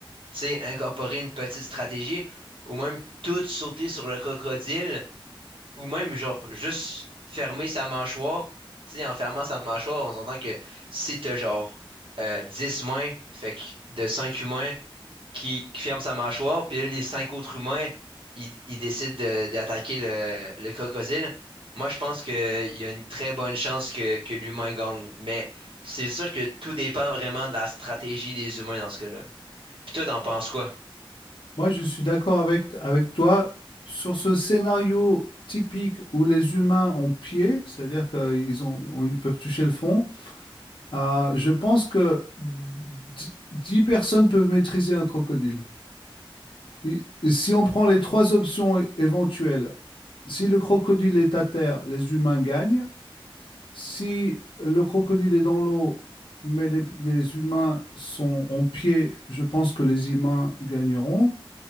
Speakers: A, on the right; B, on the left.
A: tu sais, incorporer une petite stratégie ou même tout sauter sur le crocodile ou même, genre, juste fermer sa mâchoire. Tu sais, en fermant sa mâchoire, on s'entend que si t'as, genre, euh, 10 mains, fait que de 5 humains, qui, qui ferme sa mâchoire, puis là, les cinq autres humains, ils, ils décident de- d'attaquer le, le crocodile. Moi, je pense qu'il y a une très bonne chance que, que l'humain gagne, mais c'est sûr que tout dépend vraiment de la stratégie des humains dans ce cas-là. Puis toi, t'en penses quoi?
B: Moi, je suis d'accord avec, avec toi sur ce scénario typique où les humains ont pied, c'est-à-dire qu'ils ont, on- ils peuvent toucher le fond. euh, je pense que dix dix personnes peuvent maîtriser un crocodile. Et- et si on prend les trois options é- éventuelles, si le crocodile est à terre, les humains gagnent. Si le crocodile est dans l'eau, mais les, les humains sont en pied, je pense que les humains gagneront.